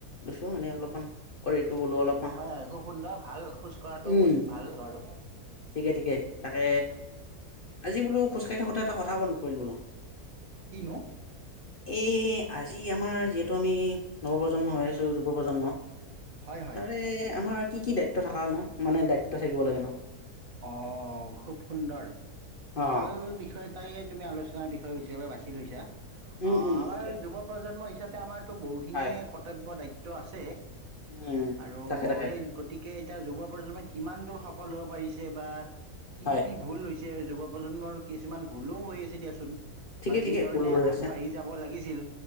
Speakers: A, on the left (about 50°); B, on the right (about 60°).
A: লৈছোঁ এনেই অলপমান। অ' এইটো বোলো অলপ
B: হয় হয়, খুব সুন্দৰ ভাল, খোজ কঢ়াটোও
A: উম,
B: বহুত ভাল বাৰু।
A: ঠিকে ঠিকে, তাকে আজি বোলো খোজকাঢ়ি থাকোতে এটা কথা মনত পৰিল বোলো।
B: কিনো?
A: এই আজি আমাৰ যিহেতু আমি নৱপ্ৰজন্ম হৈ আছ টো যুৱ প্ৰজন্ম
B: হয় হয়
A: তাৰে আমাৰ কি কি দায়িত ত্ব থাকানো মানে দায়িত্ব থাকিব লাগেনো?
B: অ' খুব সুন্দৰ,
A: অ'
B: ভাল বিষয়ত টাই তুমি আলোচনাৰ বিষয় হিচাপে বাছি লৈছা,
A: উম
B: আ,
A: উম
B: আমাৰ
A: তাকে
B: যুৱপ্ৰজন্ম হিচাপ এতিয়া আমাৰতো বহুখিনিয়ে
A: হয়
B: কৰ্তব্য, দায়িত্ব আছে
A: উম
B: আৰু
A: তাকে তাকে
B: সেই গতিকে এতিয়া যুৱ প্ৰজন্মে কিমান দূৰ সফল হ'ব পাৰিছে বা কি
A: হয়।
B: কি ভুল লৈ ছে, যুৱপ্ৰজন্মৰ কিছুমান ভুলো হৈ আছে দিয়াচোন।
A: ঠিকে
B: বা
A: ঠিকে
B: যি ধৰণে
A: ফুল হৈ
B: আগবাঢ়ি
A: আছে।
B: যাব লাগিছিল